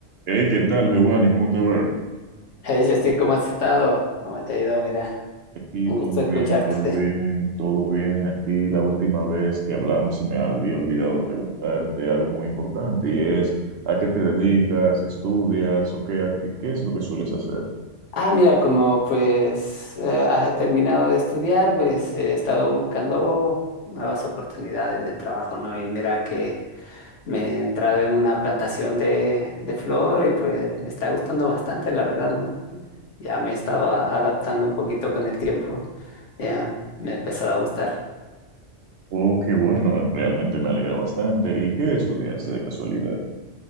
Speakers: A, on the right (about 60°); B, on the left (about 70°).
A: Hey, ¿qué tal, Giovanni? ¿Cómo te va?
B: Hey, Justin, ¿cómo has estado? ¿Cómo te ha ido? Mira,
A: Aquí
B: un
A: todo
B: gusto escucharte.
A: bien, todo bien, todo bien. Aquí la última vez que hablamos se me había olvidado preguntarte algo muy importante y es, ¿a qué te dedicas? ¿Estudias o qué, a qué, qué es lo que sueles hacer?
B: Ah, mira, como pues eh, he terminado de estudiar, pues eh, he estado buscando nuevas oportunidades de trabajo, ¿no? Y mira que me he entrado en una plantación de, de flor y pues me está gustando bastante, la verdad, ¿no? Ya me he estado a- adaptando un poquito con el tiempo, ya me ha empezado a gustar.
A: Oh, qué bueno, realmente me alegra bastante. ¿Y qué estudiaste de casualidad?